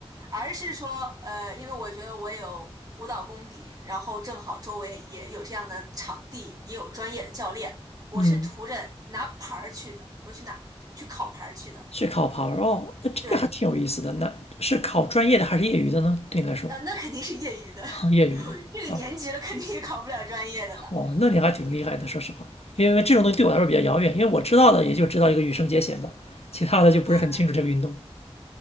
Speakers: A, on the right; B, on the left.
A: 而是说，呃，因为我觉得我有舞蹈功底，然后正好周围也有这样的场地，也有专业的教练，我是图着拿牌儿去的，
B: 嗯。
A: 我去拿去考牌儿去的。
B: 去烤盘儿哦，那这个还挺有意思的。
A: 对，
B: 那是考专业的还是业余的呢？对你来说，
A: 那那肯定是业余的，<laughs>
B: <laughs> 业余的啊，
A: 这个年级了肯定也考不了专业的了。
B: 哦，那你还挺厉害的，说实话。因为这种东西对我来说比较遥远，因为我知道的也就知道一个羽生结弦吧，其他的就不是很清楚这个运动。
A: 嗯。